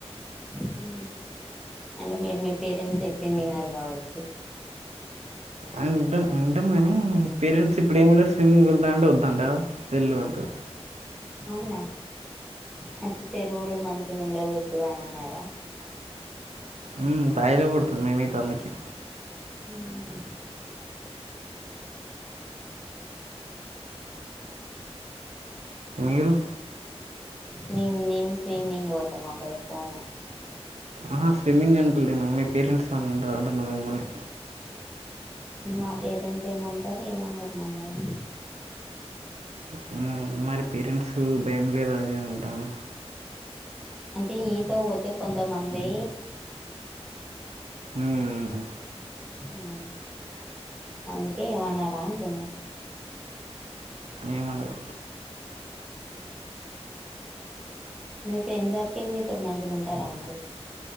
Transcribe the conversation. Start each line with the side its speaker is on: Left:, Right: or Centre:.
Centre: హు అంటే మీర్ మీ పేరెంట్స్ చెప్పింది యినరు కావచ్చు
Right: అ ఇంటం వింటం గాని పేరెంట్స్ ఇప్పడెమంటారు స్విమ్మింగ్ వెళ్తాంటే ఒద్ దంటార వెళ్లు అంటారు
Centre: అవునా అంటే చెరువులు మంచిగా ఉండదు ఒద్దు అని అనరా
Right: ఉమ్ బాయిల కొడుతం మేం ఈత అందుకే
Centre: మ్ హు
Right: మీరు
Centre: మేం మేం స్విమ్మింగ్ పోతమ బ్రో పోము
Right: ఆహ స్విమ్మింగ్ అంటలేను మీ పేరెంట్స్ ఏమన్నా అంటారా అంటన మిమ్మల్ని
Centre: మా పేరెంట్స్ ఏమంటరు ఏమనరు మమ్మల్ని
Right: హ్మ్. మరి పేరెంట్స్ భయం లేద అది ఇది అని అంటనవ్
Centre: అంటే ఈతక్ పోతే కొంతమంది
Right: మ్ మ్
Centre: హు అందుకే ఏమనరా అంటున్న
Right: ఏమనరు
Centre: మీ ఫ్రెండ్ సర్కిల్ మీతోటి మంచిగా ఉంటారా మరి